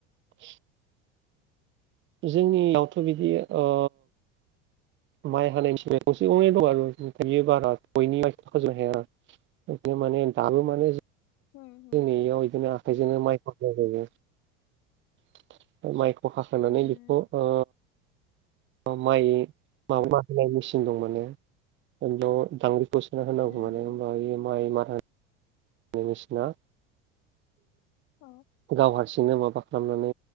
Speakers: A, on the right; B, on the left.
A: औ जोंनियावथ' बिदि ओ माइ हानायनि स गंसे गंनै दं आरो फ्राय बियो बारा बयनिब थाखाजों हाया आरो बिनो माने दाल माने
B: उम उम
A: जोंनि इयाव बिदिनो आखाइजोंनो माइ खौ हानाय जियो माइख फाखांनिनै
B: उम
A: बेखौ ओ माइ माब मा होनाय मेसिन दं माने द दांग्रिखौसोना होनांगौ
B: उम
A: माने हबा मइ मारा नमस ना
B: अ
A: गाव हारसिंनो माबा खालामनानै